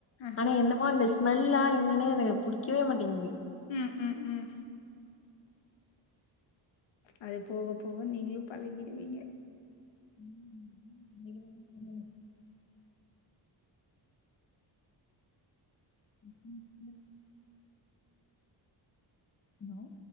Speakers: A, on the left (about 85°); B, on the left (about 30°).
A: ஆ
B: ஆனா என்னமோ அந்த ஸ்மெல்லா என்னன்னு எனக்கு புடிக்கவே மாட்டிங்குது
A: ம் ம் ம் அது போக போக நீங்களும் பழகிடுவீங்க
B: ம் <inaudible> <inaudible> ஹலோ